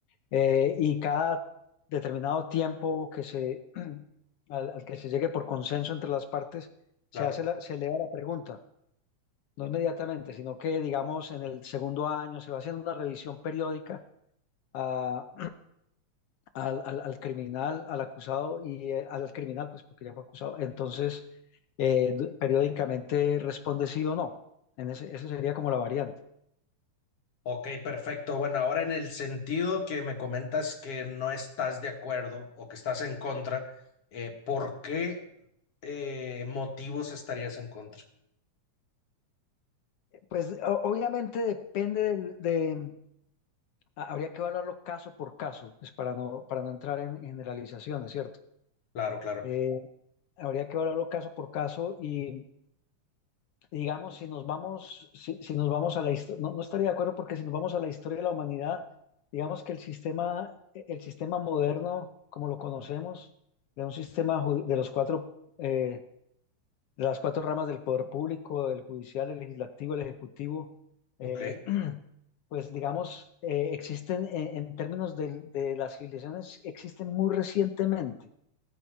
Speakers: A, on the left; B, on the left.
A: eh, y cada determinado tiempo que se, <clears throat> al, al que se llegue por consenso entre las partes, se
B: Claro.
A: hace la, se eleva la pregunta, no inmediatamente, sino que digamos en el segundo año se va haciendo una revisión periódica a, al, al, al criminal, al acusado y eh, al criminal, pues porque ya fue acusado. Entonces, eh, d- periódicamente responde sí o no. En ese, esa sería como la variante.
B: Ok, perfecto. Bueno, ahora en el sentido que me comentas que no estás de acuerdo o que estás en contra, eh, ¿por qué eh, motivos estarías en contra?
A: Pues o- obviamente depende del- de, ha- habría que evaluarlo caso por caso, pues para no, para no entrar en, en generalizaciones, ¿cierto?
B: Claro, claro.
A: Eh, habría que evaluarlo caso por caso y digamos, si nos vamos, si, si nos vamos a la historia, no, no estaría de acuerdo porque si nos vamos a la historia de la humanidad, digamos que el sistema, el sistema moderno, como lo conocemos, de un sistema ju- de los cuatro, eh, de las cuatro ramas del poder público, el judicial, el legislativo, el ejecutivo, eh,
B: Ok,
A: <clears throat> pues digamos, eh, existen eh, en términos del- de las civilizaciones, existen muy recientemente.